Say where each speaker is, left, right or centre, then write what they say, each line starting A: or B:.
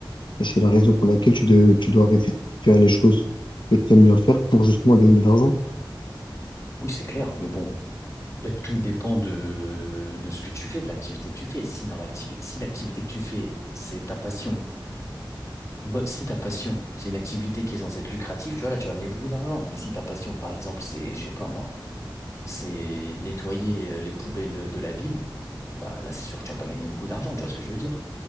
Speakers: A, on the left; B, on the left.
A: Et c'est la raison pour laquelle tu, de- tu dois arrêter de faire les choses que tu aimes bien faire pour justement gagner de l'argent.
B: Oui, c'est clair, mais bon. en fait, tout dépend de, de ce que tu fais, de l'activité que tu fais. Si dans l'activité, si l'activité que tu fais, c'est ta passion, Bah, si ta passion, c'est une activité qui est censée être lucrative, tu vois, là, tu vas amener beaucoup d'argent. Mais si ta passion, par exemple, c'est, je sais pas moi, c'est nettoyer euh, les poubelles de la ville, bah là, c'est sûr que tu vas pas gagner beaucoup d'argent, tu vois ce que je veux dire?